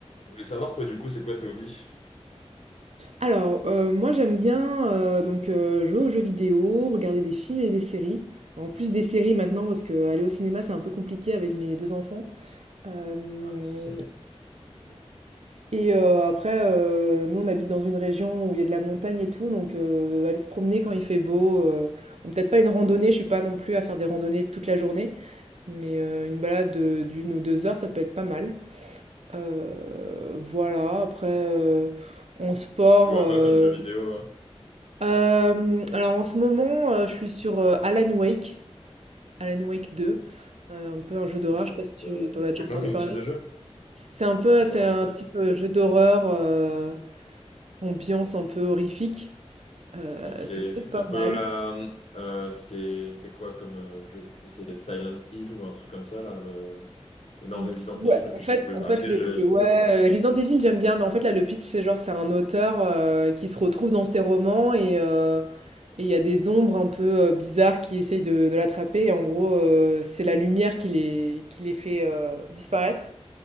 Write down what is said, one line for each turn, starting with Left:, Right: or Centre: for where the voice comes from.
Left: Je voulais savoir, toi, du coup, c'est quoi tes hobbies?
Right: Alors, heu, moi j'aime bien, heu, donc heu, jouer aux jeux vidéo, regarder des films et des séries. En plus des séries maintenant parce qu'aller au cinéma, c'est un peu compliqué avec mes 2 enfants. Hem
Left: Ah, ouais. <laughs>
Right: et heu, après, heu, nous on habite dans une région où il y a de la montagne et tout, donc heu, aller se promener quand il fait beau, heu, bon peut-être pas une randonnée, je suis pas non plus à faire des randonnées toute la journée, mais heu, une balade, heu, d'1 ou 2 heures, ça peut être pas mal. Heu, voilà, après, heu, en sport,
Left: Tu joues à
Right: euh,
Left: quoi comme jeu vidéo? euh
Right: Hem, alors en ce moment, heu, je suis sur, heu, Alan Wake, Alan Wake deux, heu, un peu un
Left: Je connais
Right: jeu
Left: pas
Right: d'horreur,
Left: du tout,
Right: je
Left: ouais.
Right: sais pas si
Left: Ça-
Right: tu tu en as
Left: C'est
Right: déjà entendu
Left: quoi comme
Right: parler?
Left: type de jeu?
Right: C'est un peu
Left: Non,
Right: c'est un
Left: je connais
Right: type, heu, jeu d'horreur, heu, ambiance un peu horrifique, heu,
Left: pas. Ok.
Right: c'est plutôt pas
Left: Un peu
Right: mal.
Left: là, euh, c'est c'est quoi comme euh, jeu? C'était Silent Hill ou un truc comme ça, là, le... ou non,
Right: Ou
Left: Resident Evil,
Right: ouais, en
Left: je
Right: fait
Left: sais plus.
Right: en
Left: Après,
Right: fait le
Left: je...
Right: le ouais, heu, Resident Evil j'aime bien, mais en fait là le pitch c'est genre c'est un auteur, heu, qui se retrouve dans ses romans et heu et il y a des ombres un peu, heu, bizarres qui essayent de de l'attraper et en gros, heu, c'est la lumière qui les qui les fait, heu, disparaître